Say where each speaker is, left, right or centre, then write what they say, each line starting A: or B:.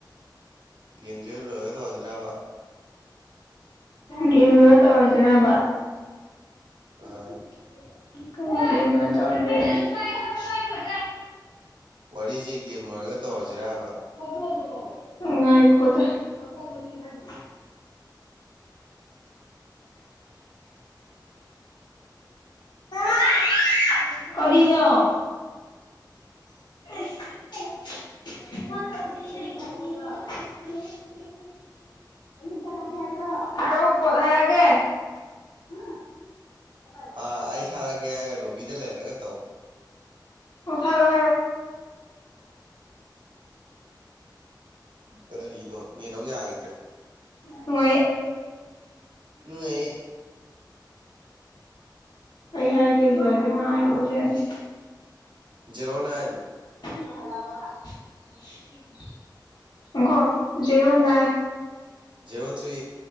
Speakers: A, on the right; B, on the left.
A: ꯒꯦꯝꯁꯦ ꯂꯣꯏꯔꯒ ꯇꯧꯔꯁꯤꯔꯕꯥ
B: ꯒꯦꯝ ꯂꯣꯏꯔ ꯇꯧꯔꯁꯤꯔꯥꯕ ꯀꯩꯅ
A: ꯑꯥ
B: <unintelligible> <unintelligible> ꯅꯪ ꯑꯩꯅ ꯑꯗꯨ ꯄꯥꯏꯌꯣ ꯄꯥꯏꯅꯨ ꯍꯏꯕꯗꯥꯏ
A: ꯋꯥꯔꯤꯁꯦ ꯒꯦꯝ ꯂꯣꯏꯔꯒ ꯇꯧꯔꯁꯤꯔꯥ ꯍꯥꯏꯕ
B: ꯍꯧꯗꯣꯡꯗꯣ ꯀꯩꯔꯛꯀꯦ ꯉꯏꯈꯣꯗꯥ ꯃꯀꯣꯛꯇꯣ ꯆꯤꯛꯍꯟꯒꯦ <unintelligible> ꯀꯔꯤꯅꯣ <unintelligible> ꯑꯌꯨꯛ ꯆꯠꯂꯒꯦ ꯍꯥꯏꯕ꯭ꯔꯣ ꯍꯥꯏꯔꯛ ꯑꯣ ꯀꯣꯠ ꯍꯥꯏꯔꯛꯂꯒꯦ
A: ꯑꯥ ꯑꯩ ꯊꯥꯔꯛꯀꯦ ꯍꯥꯏꯒ ꯂꯣꯕꯤꯗ ꯂꯩꯍꯂꯒ ꯇꯧ
B: ꯎꯊꯔꯣ ꯍꯥꯏꯔꯣ
A: ꯀꯔꯤꯅꯣ ꯅꯦꯠ ꯑꯃꯨꯛ ꯌꯥꯈꯤꯗ꯭ꯔꯦ
B: ꯅꯨꯡꯉꯥꯏꯦ
A: ꯅꯨꯉꯥꯏ ꯌꯦ
B: ꯑꯩꯩ ꯍꯥꯏꯔꯛꯀꯦꯁꯨ ꯌꯥꯗꯦ ꯃꯥ ꯑꯩ <unintelligible> ꯌꯥꯗꯦ
A: ꯖꯤꯔꯣ ꯅꯥꯏꯜ
B: ꯍꯂꯥ ꯄꯕꯥ <unintelligible> ꯀꯣ ꯖꯦꯔꯣ ꯏꯟ
A: zero three